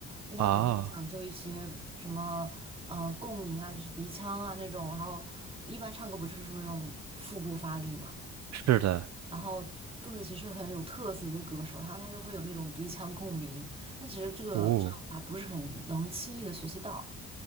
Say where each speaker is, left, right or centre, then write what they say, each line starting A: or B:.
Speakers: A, on the right (about 20°); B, on the right (about 65°).
A: 因为他可能会讲究一些什么呃共鸣啊，
B: 啊，
A: 就是鼻腔啊那种，然后一般唱歌不就是会用腹部发力嘛，
B: 是的，
A: 然后邓紫棋是很有特色的一个歌手，然后她就会有那种鼻腔共鸣，但其实这个唱法不是很能轻易的学习到。
B: 哦。